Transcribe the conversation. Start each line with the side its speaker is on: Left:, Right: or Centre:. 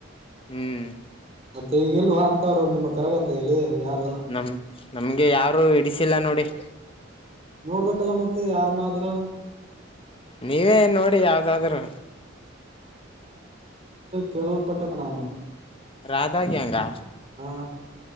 Left: ಹ್ಮ್
Right: ಮತ್ತೆ ಈಗಿಲ್ವಾ ಅಂತವ್ರು ನಿಮ್ಮ ತರಗತಿಯಲ್ಲಿ ಯಾರು
Left: ನಮ ನಮ್ಗೆ ಯಾರು ಇಡಿಸಿಲ್ಲ ನೋಡಿ <inaudible>
Right: ನೋಡ್ಬೇಕಲ್ಲ ಮತ್ತೆ ಯಾರನಾದ್ರ
Left: ನೀವೇ ನೋಡಿ ಯಾವ್ದಾದ್ರರು
Right: ಕೇಳಲ್ಪಟ್ಟ ಬನಾನು
Left: ರಾಧಾ ಗ್ಯಾಂಗ್ ಆ
Right: ವಾ <inaudible>